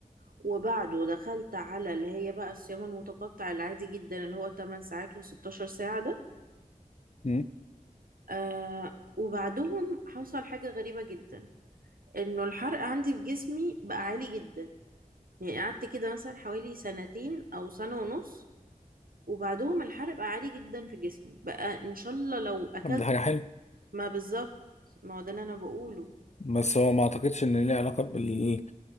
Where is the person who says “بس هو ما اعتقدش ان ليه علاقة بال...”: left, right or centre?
Left